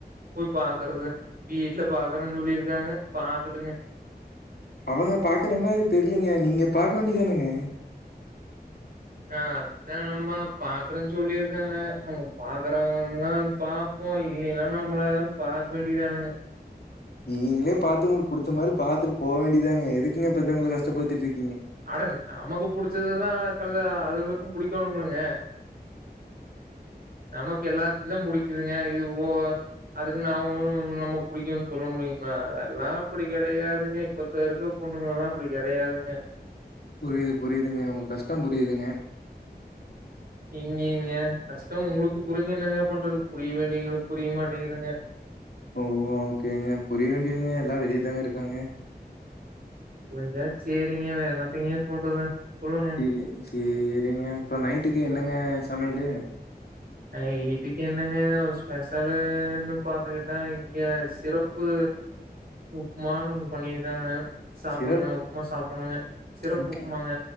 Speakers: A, on the right; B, on the left.
A: போய் பாக்குறது வீட்ல பாக்குறன் சொல்லிருக்காங்க பாக்கட்டுங்க
B: அவங்க பாக்குற மாரி தெர்லிங்க நீங்க பாக்க வேண்டிதானுங்க
A: ஆ அதா நம்ம பாக்குறங் சொல்லிருக்காங்க அவங்க பாக்குறாங்கல்லான்தா பாப்போ இல்லின்னா நம்மளா எதாது பாக்க வேண்டியதானுங்க
B: நீ நீங்களே பாத்து உங்களுக்கு புடிச்ச மாரி பாத்துட்டு போக வேண்டியதாங்க எதுக்குங்க பெத்தவங்கள கஷ்டப்படுத்திட்டு இருக்
A: அட நமக்கு புடிச்சதெல்லா கழுத அதுகல் கள்க்கு புடிக்கோணும்லங்க நமக்கு எல்லாத்துக்கு தா புடிக்குதுங்க இது ஒ அதுக்குனு அங்களு நமக் புடிக்குன் சொல்ல முடியுங்ளா அதெல்லா அப்டி கெடையாதுங்க இப்பத்த இருக்க பொண்ணுங்களா அப்டி கெடையாதுங்க
B: புரிய்து புரிய்துங்க உங்க கஷ்டொ புரிய்துங்க
A: எங்கெங்க கஷ்டோ உங்களுக்கு புரிஞ்சு என்னங்க பண்றது புரிய வேண்டியவங்களுக்கு புரிய மாட்டேங்குதுங்க
B: ஓ ஓகேங்க புரிய வேண்டியவங்க எல்லா வெளியதாங்க இருக்காங்க
A: <unintelligible> சேரிங்க வேற என்னத்தெய்ங்க சொல்றது சொல்லுங்க.
B: <unintelligible> சேரிங்க அப்ப நைட்டுக்கு என்னங்க சமையலு
A: ஐட்டுக்கு என்னங்க ஸ்பெஷலுன்னு பாத்துக்கிட்டா இங்க சிறப்பு உப்மான்னு ஒண்ணு பண்ணிருக்காங்க சாப்புட்ணுங்க
B: சிறப்
A: உப்புமா சாப்புட்ணுங்க சிறப்பு
B: உப்பு
A: உப்புமாங்க